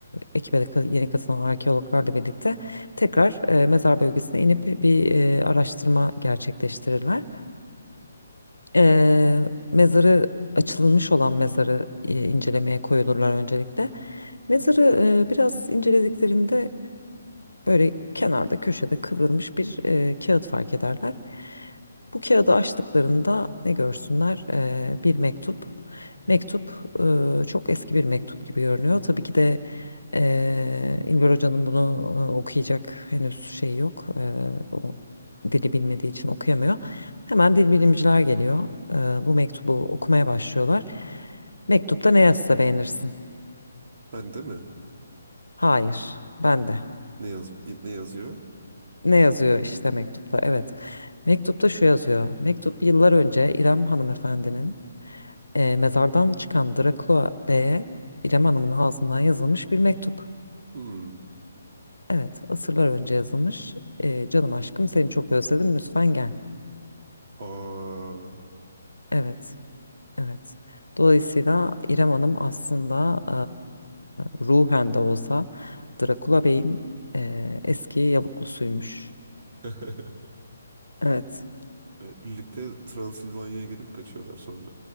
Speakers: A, on the left; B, on the right.
A: ekibe de ka- yeni katılan arkeologlarla birlikte tekrar ee, mezar bölgesine inip bir ee, araştırma gerçekleştirirler. Ee, mezarı açılmış olan mezarı ee, incelemeye koyulurlar öncelikle. Mezarı e, biraz incelediklerinde Böyle kenarda köşede kıvrılmış bir e, kağıt fark ederler. Bu kağıdı açtıklarında ne görsünler? E, bir mektup. Mektup e, çok eski bir mektup gibi görünüyor. Tabii ki de e, İlber Hoca'nın bunu e, okuyacak henüz şey yok. E, o dili bilmediği için okuyamıyor. Hemen dil bilimciler geliyor. E, bu mektubu okumaya başlıyorlar. Mektupta ne yazsa beğenirsin?
B: Ben de mi?
A: Hayır, ben de.
B: Ne yaz ne yazıyor?
A: Ne yazıyor işte mektupta? Evet. Mektupta şu yazıyor. Mektup yıllar önce İrem hanımefendinin e, mezardan çıkan Drakula Bey'e İrem Hanım'ın ağzından yazılmış bir mektup.
B: Hmm.
A: Evet, asırlar önce yazılmış. E, canım aşkım seni çok özledim lütfen gel.
B: Aa.
A: Evet, evet. Dolayısıyla İrem Hanım aslında e, ruhen de olsa Drakula Bey'in e, eski yavuklusuymuş.
B: <laughs>
A: Evet,
B: E, Birlikte Transilvanya'ya geri mi kaçıyorlar sonra?